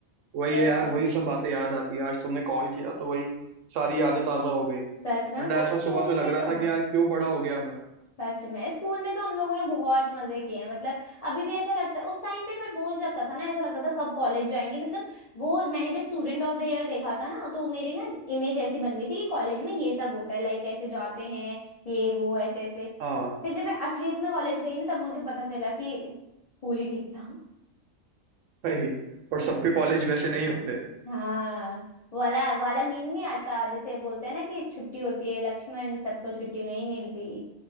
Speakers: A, on the right (about 70°); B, on the left (about 65°).
A: वही
B: वही
A: है यार
B: तो
A: वही सब बातें याद आती है आज तुमने कॉल किया तो वही सारी यादें ताजा हो गई
B: सच में
A: वरना
B: मतलब
A: ऐसा
B: स्कूल
A: सुबह से लग
B: में
A: रहा
B: तो
A: था कि यार क्यों बड़ा हो गया मैं
B: सच में स्कूल में तो हम लोगों ने बहुत मजे किए हैं मतलब अभी भी ऐसा लगता है उस टाइम पे पर बोझ लगता था ना ऐसा लगता था कब कॉलेज जाएंगे मतलब वो मैंने जब स्टूडेंट ऑफ द ईयर देखा था ना तो मेरी ना इमेज ऐसी बन गई थी कि कॉलेज में ये सब होता है लाइक ऐसे जाते हैं ये वो ऐसे ऐसे
A: हाँ
B: फिर जब मैं असलियत में कॉलेज गई ना तब मुझे पता चला कि स्कूल ही ठीक था
A: भाई और सबके कॉलेज वैसे नहीं होते
B: हाँ वो वाला वो वाला मीम नहीं आता जैसे बोलते हैं ना कि छुट्टी होती है लक्ष्मण सबको छुट्टी नहीं मिलती